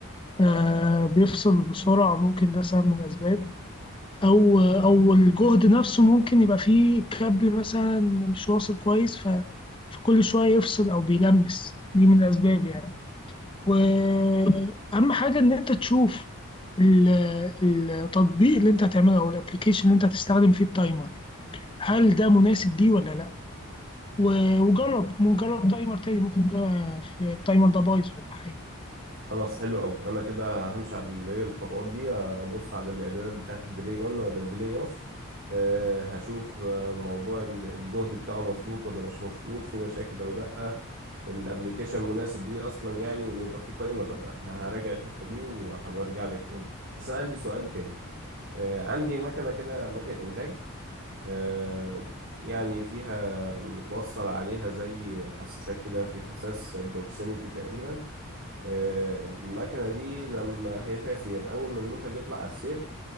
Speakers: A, on the left (about 25°); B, on the right (about 55°).
A: آه بيفصل بسرعة ممكن ده سبب من الأسباب او او الجهد نفسه ممكن يبقى فيه كابل مثلا مش واصل كويس ف فكل شويه يفصل او بيلمس دي من الاسباب يعني واهم حاجه ان انت تشوف ال- التطبيق اللي انت هتعمله او الابلكيشن اللي انت هتستخدم فيه التايمر هل ده مناسب ليه ولا لا و- وجرب جرب تايمر تاني ممكن جا- في التايمر ده بايظ ولا حاجه
B: خلاص حلو قوي انا كده همشي على ال- ايه الخطوات دي ابص على الاعدادات بتاعت الديلي اون ولا الديلي اوف أه هشوف آه، موضوع ال- الجهد بتاعه مظبوط ولا مش مظبوط في مشاكل او لا الابليكيشن مناسب ليه اصلا يعني وان يبقى فيه تايمر ولا لا ه- هراجع الحتة دي وهبقى ارجع لك تاني بس انا عندي سؤال تاني أه عندي مكنة كده مكنة انتاج أه يعني فيها متوصل عليها زي حساسات كده في حساس بروكسيميتي تقريبا آه، المكنة دي لما هي فيها سير أول ما المنتج يطلع على السير